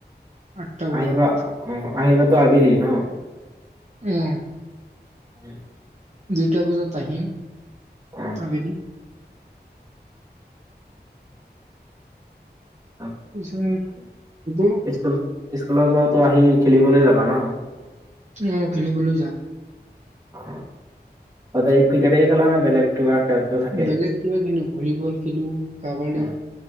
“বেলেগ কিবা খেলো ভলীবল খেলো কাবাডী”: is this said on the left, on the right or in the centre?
Right